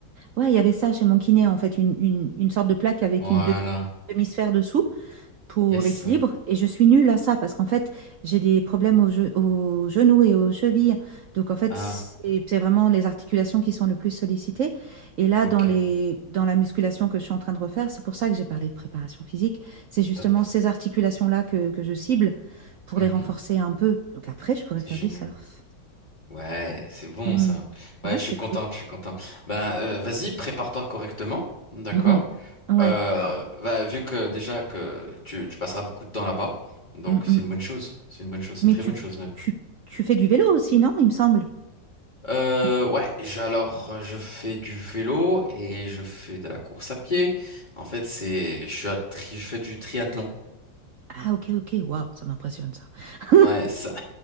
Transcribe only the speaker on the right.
Ouais, il y avait ça chez mon kiné, en fait, une, une- une sorte de plaque avec
une demi, demi-sphère dessous pour
l'équilibre. Et je suis nulle à ça parce qu'en fait, j'ai des problèmes au, ge- au genou et aux chevilles. Donc, en fait,
c'est c'est vraiment les articulations qui sont le plus sollicitées. Et là,
dans les, dans la musculation que je suis en train de refaire, c'est pour ça que j'ai parlé de préparation physique. C'est justement
ces articulations-là que, que je cible pour
les renforcer un peu. Donc, après, je pourrais
faire
du surf.
Hmm.
Ouais,
c'est
cool.
Mhm. Ouais.
Mm, mm.
Mais
tu,
tu, tu fais du vélo aussi, non? Il me semble.
Du-
Ah, ok, ok. Waouh, ça m'impressionne, ça. <laughs>